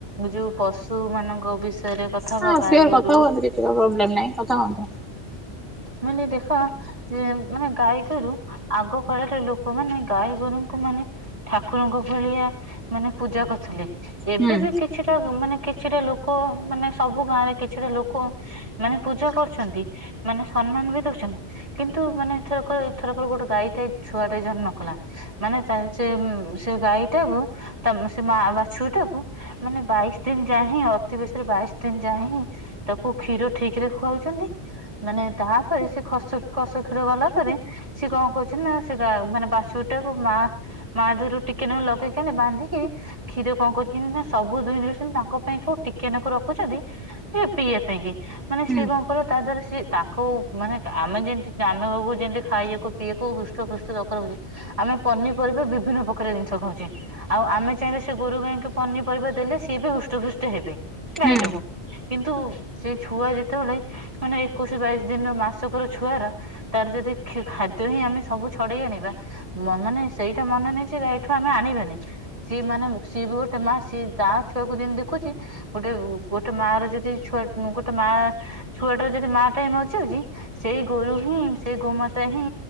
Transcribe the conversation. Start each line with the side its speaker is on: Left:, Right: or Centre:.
Right: ଯୋଉ ପଶୁ ମାନଙ୍କ ବିଷୟରେ କଥା ହବା
Centre: ହଁ
Right: ଗାଈ
Centre: ସିୟର
Right: ଗୋରୁ
Centre: କଥା ହୁଅନ୍ତୁ କିଛି ପ୍ରୋବ୍ଲେମ୍ ନାହିଁ କଥା ହୁଅନ୍ତୁ।
Right: ମାନେ ଦେଖ ଇଏ ମାନେ ଗାଈ ଗୋରୁ ଆଗ କାଳରେ ଲୋକମାନେ ଗାଈ ଗୋରୁଙ୍କୁ ମାନେ ଠାକୁରଙ୍କ ଭଳିଆ ମାନେ ପୂଜା କରୁଥିଲେ। ଏବେ
Centre: ହୁଁ
Right: ବି କିଛିଟା, ମାନେ କିଛିଟା ଲୋକ, ମାନେ ସବୁ ଗାଁରେ କିଛିଟା ଲୋକ ମାନେ ପୂଜା କରୁଛନ୍ତି, ମାନେ ସମ୍ମାନ ବି ଦଉଛନ୍ତି। କିନ୍ତୁ ମାନେ ଏଥରକ ଏଥରକ ଗୋଟେ ଗାଈ ଟେ ଛୁଆଟେ ଜନ୍ମ କଲା। ମାନେ ତା ସେ ଉଁ, ସେ ଗାଈ ଟାକୁ ତା ମ-ସେ ମା ବାଛୁରୀ ଟାକୁ ମାନେ ବାଇଶ ଦିନ ଯାଏ ହିଁ, ଅତି ବେଶୀରେ ବାଇଶ ଦିନ ଯାଏ ହିଁ ତାକୁ କ୍ଷୀର ଠିକ ରେ ଖୁଆଉଛନ୍ତି। ମାନେ ତାପରେ ସେ ଖସ କସ କ୍ଷୀର ଗଲା ପରେ। ସିଏ କଣ କରୁଛନ୍ତି ନା ସେ ଗା-ମାନେ ବାଛୁରୀ ଟାକୁ ମା ମା ଦିହରୁ ଟିକେ ନାଖୁ ଲଗେଇ କେନେ ବାନ୍ଧିକି କ୍ଷୀର କଣ କରୁଛନ୍ତି ନା ସବୁ ଦୁଇଁ ନେଉସନ୍ତି, ତାଙ୍କ ପାଇଁ କୋଉ ଟିକେନାକୁ ରଖୁଛନ୍ତି। ଏ ପିଏ ସେଇ ଯେ ମାନେ ସିଏ
Centre: ହୁଁ
Right: କଣ କରିବ ତା ଦିହରୁ ସିଏ ତାଙ୍କୁ ମାନେ ଆମେ ଯେମତି ଯେ ଆମକୁ ଯେମିତି ଖାଇବାକୁ ସିଏ କୋଉ ହୃଷ୍ଟ ପୃଷ୍ଟ ଦରକାର ହଉଛି, ଆମେ ପନିପରିବା ବିଭିନ୍ନ ପ୍ରକାର ଜିନିଷ ଖାଉଛେ। ଆଉ ଆମେ ଚାହିଁଲେ ସେ ଗୋରୁ ଗାଈଙ୍କୁ ପନିପରିବା ଦେଲେ ସିଏ ବି ହୃଷ୍ଟ ପୃଷ୍ଟ ହେବେ
Centre: ହୁଁ
Right: ଗାଈଟାକୁ। କିନ୍ତୁ ସେଇ ଛୁଆ ଯେତେବେଳେ ମାନେ ଏକୋଇଶ ବାଇଶି ଦିନର ମାସକର ଛୁଆରା ତାର ଯଦି କ୍ଷୀ-ଖାଦ୍ୟ ହିଁ ଆମେ ସବୁ ଛଡ଼େଇ ଆଣିବା। ମ-ମାନେ ସେଇଟା ମନା ନାହିଁ ଯେ ଗାଈଠୁ ଆମେ ଆଣିବାନି। ସିଏ ମାନେ ସିଏ ବି ଗୋଟେ ମା ସିଏ ତା ଛୁଆକୁ ଯେମିତି ଦେଖୁଚି ଗୋଟେ ଗୋଟେ ମା ର ଯଦି ଛୁଆ ଗୋଟେ ମା ଛୁଆଟାର ଯଦି ମା ଟିଏ ମରିଯାଉଚି ସେଇ ଗୋରୁ ହିଁ ସେଇ ଗୋମାତା ହିଁ